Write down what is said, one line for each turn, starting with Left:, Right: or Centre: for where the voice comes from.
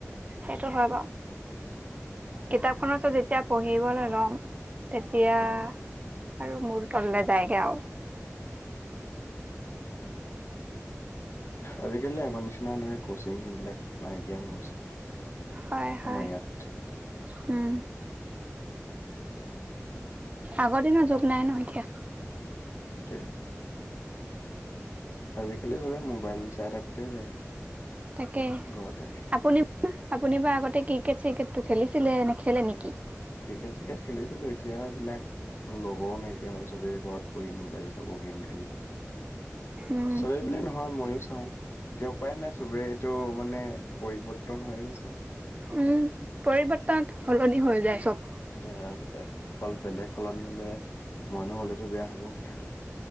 Right: সেইটো হয় বাৰ
Left: হয়
Right: কিতাপখননৰৰত যেতিয়া পঢ়িবলৈ লম তেতিয়া
Left: হয় হয়
Right: আৰু মোৰ তললৈ যায়গে আৰু
Left: আজিকালি আগৰ নিচিনা এনেকা কচিং সেইবিলাক নাইকিয়া হৈ গ'লছে
Right: হয় হয়
Left: আমাৰ ইয়াত
Right: হম আগৰ দিনৰ যুগ নাই ন এতিয়া
Left: সেইট আজিকালি সবে মোবাইল চাই থাকোতেই যায়
Right: তাকে
Left: ঘৰতে
Right: আপুনি আপুনি বাাৰ আগতে ক্ৰিকেট চিকেটটো খেলিছিলে নে খেলে নেকি
Left: ক্ৰিকেট চিকেট খেলিছিলোঁ এতিয়াবিলাক লগৰো নাইকিয়া হ'ল চবেই ঘৰত বঢহি মোবাইল চাব গেম খেলিব
Right: উম
Left: চবেই ব নহয় ময়ো চাও এতিয়া উপায় নাই চবেই ত' মানে পৰিৱৰ্তন হৈয়ে গৈছে আৰু
Right: উম পৰিৱৰ্তন সলনি হৈ যায় চব
Left: এতিয়া অকল বেলেগ সলনি হ'লে মই নহলেতো বেয়া হব কথাটো